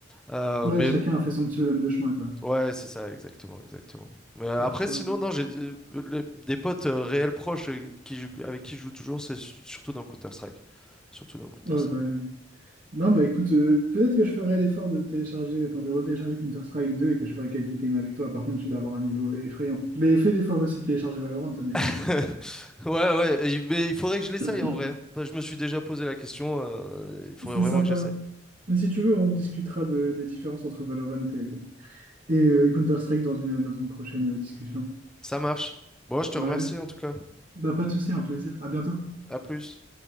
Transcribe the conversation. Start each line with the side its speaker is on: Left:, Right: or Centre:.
Centre: Euh,
Right: Ouais,
Centre: mais
Right: chacun a fait son petit bonhomme de chemin, quoi.
Centre: ouais, c'est ça, exactement, exactement. Mais euh,
Right: Excellent.
Centre: après, sinon, non, j'ai euh, les- des potes euh, réels proches euh, qui, jou- avec qui je joue toujours, c'est su- surtout dans Counter-Strike. Surtout dans Counter-Strike.
Right: Ouais, bah, euh, non, bah écoute, euh, peut-être que je ferai l'effort de télécharger, enfin de retélécharger Counter-Strike 2 et que je ferai quelques games avec toi. Par contre, tu dois avoir un niveau effrayant. Mais fais l'effort aussi de télécharger Valorant, hein, du
Centre: <laughs>
Right: coup.
Centre: Ouais, ouais, et- mais il faudrait que je l'essaye
Right: <clears throat>
Centre: en vrai. hein. Enfin, je me suis déjà posé la question, euh, il faudrait
Right: C'est
Centre: vraiment
Right: sympa.
Centre: que j'essaie.
Right: Mais si tu veux, on discutera de- des différences entre Valorant et, et, euh, et Counter-Strike dans une, dans une prochaine euh, discussion.
Centre: Ça marche. Bon, je te
Right: Bon,
Centre: remercie
Right: allez.
Centre: en tout cas.
Right: Bah, pas de souci, un plaisir. À bientôt.
Centre: À plus.